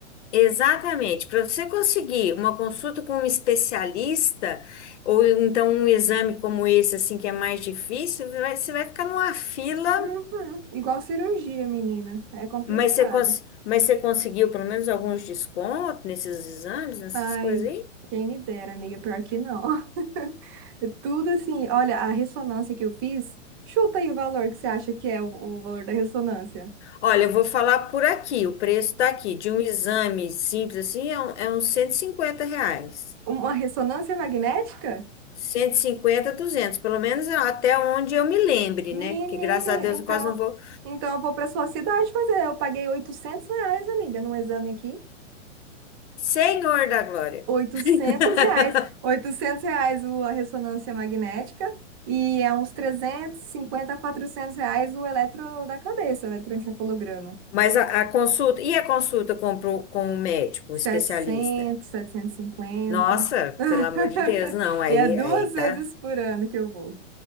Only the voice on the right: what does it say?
Uhum. Igual cirurgia, menina. É complicado.
Ai,
quem me dera, amiga, pior que não. <laughs> É Tudo assim, olha, a ressonância que eu fiz, chuta aí o valor que você acha que é o, o valor da ressonância.
Uma ressonância magnética?
Menina,
então,
então eu vou para sua cidade fazer. Eu paguei 800 reais, amiga, num exame aqui.
oitocentos
reais. oitocentos reais o- a ressonância magnética e é uns 350 a 400 reais o eletro da cabeça, o eletroencefalograma.
setecentos,
setecentos E cinquenta.
<laughs>
E é duas
vezes
por ano que eu vou.